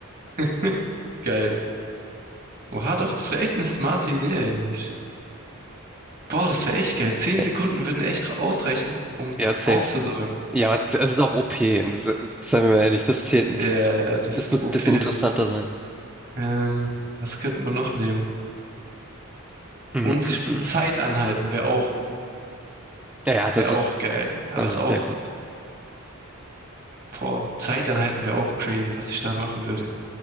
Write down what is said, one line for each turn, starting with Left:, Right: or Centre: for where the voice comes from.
Right: <laughs> Geil. Oha, doch, das wäre echt eine smarte Idee eigentlich. Boah, das wäre echt geil. Zehn
Centre: Ja,
Right: Sekunden würden echt ausreichen, um
Centre: ja, safe.
Right: auszusäumen.
Centre: Ja, aber es ist auch OP, se- seien wir mal ehrlich, das zählt nicht.
Right: Ja, yeah, das
Centre: Es
Right: ist
Centre: muss
Right: OP.
Centre: ein bisschen interessanter sein.
Right: Ähm, was könnte man noch nehmen?
Centre: Mm,
Right: Unsichtbar
Centre: mm, mm.
Right: Zeit anhalten wäre auch,
Centre: Ja, ja, das
Right: wäre
Centre: ist,
Right: auch geil. Aber
Centre: das
Right: ist
Centre: ist
Right: auch,
Centre: sehr gut.
Right: boah, Zeit anhalten wäre auch crazy, was ich da machen würde.